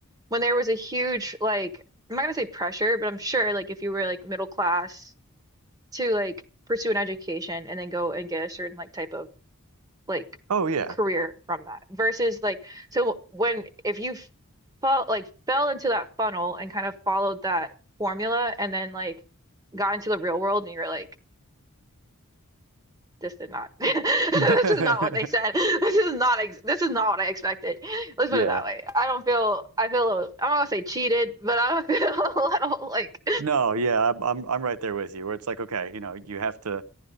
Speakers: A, on the right (about 15°); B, on the right (about 85°).
A: when there was a huge, like, I'm not gonna say pressure, but I'm sure like if you were like middle class to like pursue an education and then go and get a certain like type of like
B: Oh yeah.
A: career from that versus like so when if you felt like fell into that funnel and kind of followed that formula and then like got into the real world and you were like this did not <laughs> this
B: <laughs>
A: is not what they said this is not ex this is not what I expected let's
B: Yeah.
A: put it that way I don't feel I feel a little, I'm not gonna say cheated but I <laughs> feel a little like
B: No, yeah, I'm I'm I'm right there with you. Where it's like, okay, you know, you have to